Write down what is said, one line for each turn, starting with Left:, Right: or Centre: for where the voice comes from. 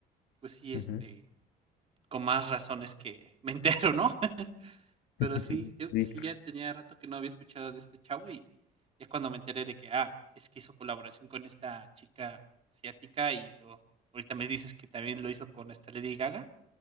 Right: pues sí,
Left: ujú.
Right: este, con más razones que me entero, ¿no? <laughs> Pero
Left: <laughs>
Right: sí, digo que
Left: Sí,
Right: sí, ya tenía rato que no había escuchado de este chavo y ya cuando me enteré de que, ah, es que hizo colaboración con esta chica asiática y luego ahorita me dices que también lo hizo con esta Lady Gaga,